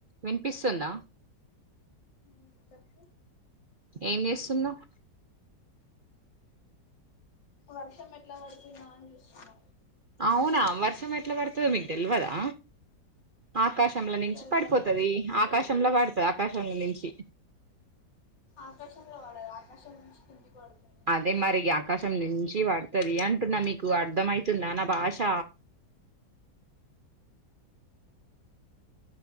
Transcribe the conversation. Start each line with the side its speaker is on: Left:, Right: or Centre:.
Right: వినిపిస్తుంద
Left: ఊమ్ చెప్పు
Right: ఏం జేస్తున్నవ్
Left: వర్షం ఎట్లా వడుతుందా అన్ చూస్తున్నా
Right: అవునా వర్షం ఎట్ల వడుతదో మీక్ దెల్వదా ఆకాశంల నుంచి
Left: తెల్వదు
Right: పడిపోతది ఆకాశంల వడుత ఆకాశంల నుంచి
Left: ఆకాశంల వడద్ ఆకాశం నుంచి కిందిక్ వడుతున్ని
Right: అదే మరి ఆకాశం నుంచి వడుతది అంటున్న మీకు అర్థమయితుందా నా భాష